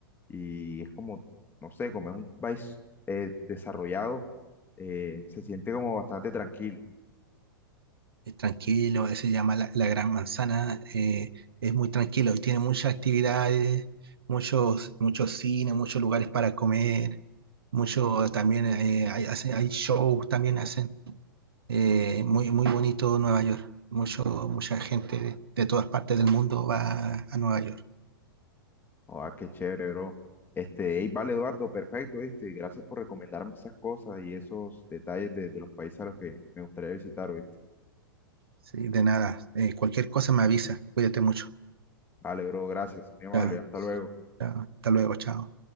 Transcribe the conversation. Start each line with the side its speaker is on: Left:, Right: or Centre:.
Left: Y es como, no sé, como es un país eh, desarrollado, eh, se siente como bastante tranquilo.
Right: Es tranquilo, eh, se llama la, la Gran Manzana, eh, es muy tranquilo y tiene muchas actividades, muchos, muchos cines, muchos lugares para comer, mucho también eh, hay, hacen- hay shows también hacen Eh, muy, muy bonito Nueva York. Mucho, mucha gente de, de todas partes del mundo va a Nueva York.
Left: Ah, qué chévere, bro. Este, ey, vale, Eduardo, perfecto, ¿viste? Gracias por recomendarme esas cosas y esos detalles de, de los países a los que me gustaría visitar hoy.
Right: Sí, de nada. Eh, cualquier cosa me avisa. Cuídate mucho.
Left: Vale, bro, gracias. Muy amable.
Right: Ya,
Left: Hasta luego.
Right: ya, hasta luego. Chao.